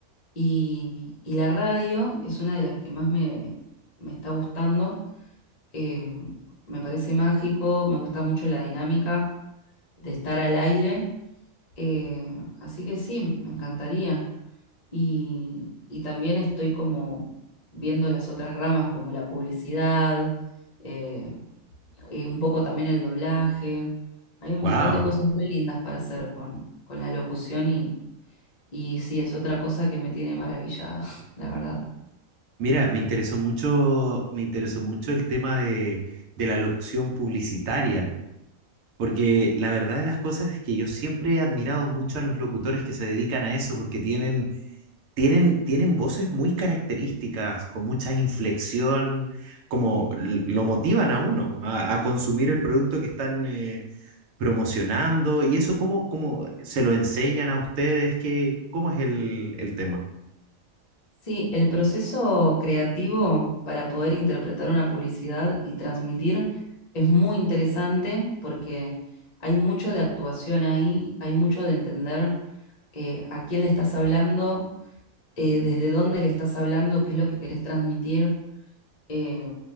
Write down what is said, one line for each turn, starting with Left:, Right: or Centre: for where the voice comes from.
Left: y, y la radio es una de las que más me, me está gustando, Eh, me parece mágico, me gusta mucho la dinámica de estar al aire Eh, así que sí, me encantaría. Y, y también estoy como viendo las otras ramas, como la publicidad, eh, y un poco también el doblaje. Hay un
Right: Wow.
Left: montón de cosas muy lindas para hacer con, con la locución y, y sí, es otra cosa que me tiene maravillada, <laughs> la verdad.
Right: Mira, me interesó mucho, me interesó mucho el tema de, de la locución publicitaria, porque la verdad de las cosas es que yo siempre he admirado mucho a los locutores que se dedican a eso, porque tienen Tienen, tienen voces muy características, con mucha inflexión, como l- lo motivan a uno a, a consumir el producto que están eh, promocionando. ¿Y eso cómo, cómo se lo enseñan a ustedes? ¿Qué, cómo es el, el tema?
Left: Sí, el proceso creativo para poder interpretar una publicidad y transmitir es muy interesante porque hay mucho de actuación ahí, hay mucho de entender eh, a quién le estás hablando, eh, desde dónde le estás hablando, qué es lo que querés transmitir. Eh,